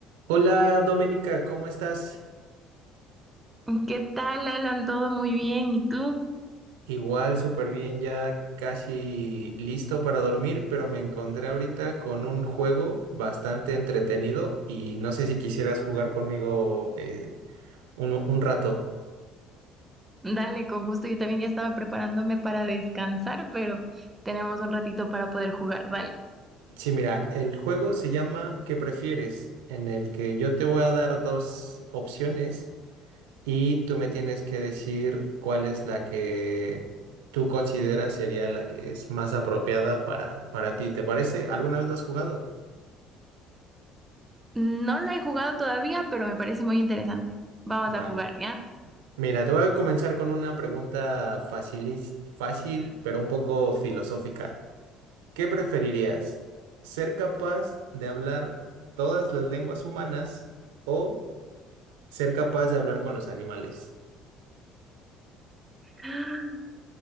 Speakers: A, on the right (about 70°); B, on the right (about 20°).
A: Hola Doménica, ¿cómo estás?
B: ¿Qué tal, Alan? ¿Todo muy bien? ¿Y tú?
A: Igual, súper bien, ya casi listo para dormir, pero me encontré ahorita con un juego bastante entretenido y no sé si quisieras jugar conmigo eh, un, un rato.
B: Dale, con gusto. Yo también ya estaba preparándome para descansar, pero tenemos un ratito para poder jugar. Dale.
A: Sí, mira, el juego se llama ¿Qué prefieres? En el que yo te voy a dar dos opciones y tú me tienes que decir cuál es la que tú consideras sería la que es más apropiada para, para ti. ¿Te parece? ¿Alguna vez lo has jugado?
B: No lo he jugado todavía, pero me parece muy interesante. Vamos
A: Vale.
B: a jugar, ¿ya?
A: Mira, te voy a comenzar con una pregunta facilis- fácil, pero un poco filosófica. ¿Qué preferirías? ¿Ser capaz de hablar todas las lenguas humanas o ser capaz de hablar con los animales?
B: <gasps>